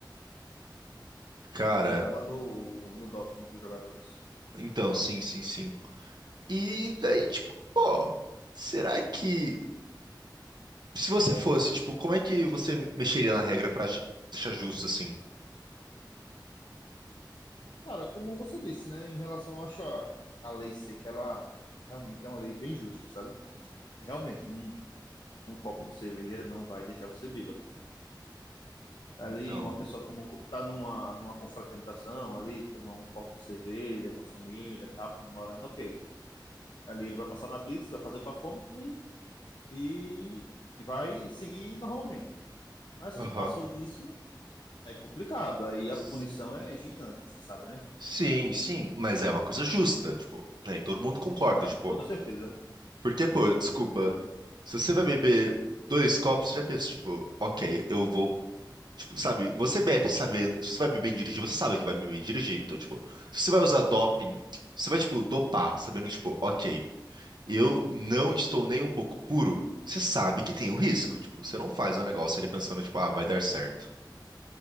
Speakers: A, on the right; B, on the left.
A: cara,
B: Você estava no, no doping dos jogadores.
A: então, sim, sim, sim. E daí, tipo, pô, será que. Se você fosse, tipo, como é que você mexeria na regra pra ach- deixar justo assim?
B: Cara, como você disse, né? Em relação, eu acho a, a lei seca, ela realmente é uma lei bem justa, sabe? Realmente, um, um copo de cerveja não vai deixar você bêbado. Ali,
A: Então,
B: uma pessoa toma um, co- tá numa, numa confraternização ali, toma um copo de cerveja com a família, tal, comemorando, ok. Ali ele vai passar na blitz, vai fazer o bafômetro e, e, e vai seguir normalmente. Assim,
A: aham.
B: passou disso, é complicado. Aí a
A: S-
B: punição é gigante, você sabe, né?
A: Sim, sim, mas é uma coisa justa, tipo, daí todo mundo concorda,
B: Não,
A: tipo,
B: com toda certeza.
A: porque, pô, desculpa, se você vai beber dois copos, você já pensa, tipo, ok, eu vou, tipo, sabe, você bebe sabendo, se você vai beber e dirigir, você sabe que vai beber e dirigir, então, tipo, se você vai usar doping,
B: Sim,
A: você vai, tipo, dopar, sabendo que, tipo, ok, eu não estou nem um pouco puro, você sabe que tem o risco, tipo, você não faz um negócio ali pensando, tipo, ah, vai dar certo.